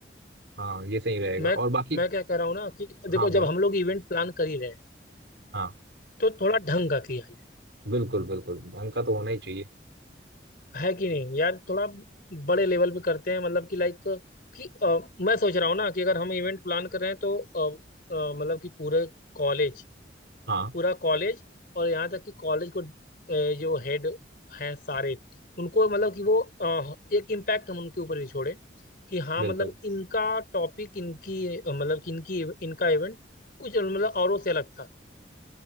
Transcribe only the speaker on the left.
मैं
मैं क्या कह रहा हूँ ना कि देखो
जब हम लोग इवेंट प्लान कर ही रहे हैं
तो थोड़ा ढंग का किया जाए
है कि नहीं यार थोड़ा बड़े लेवल पे करते हैं मतलब कि लाइक कि अ, मैं सोच रहा हूँ ना कि अगर हम इवेंट प्लान कर रहे हैं तो अ, अ, मतलब कि पूरे कॉलेज
पूरा कॉलेज और यहाँ तक कि कॉलेज को अ, जो हेड हैं सारे उनको मतलब कि वो अ, एक इम्पैक्ट हम उनके ऊपर भी छोड़े कि हाँ
मतलब इनका टॉपिक इनकी अ, मतलब कि इनकी इनका इवेंट कुछ मतलब औरों से अलग था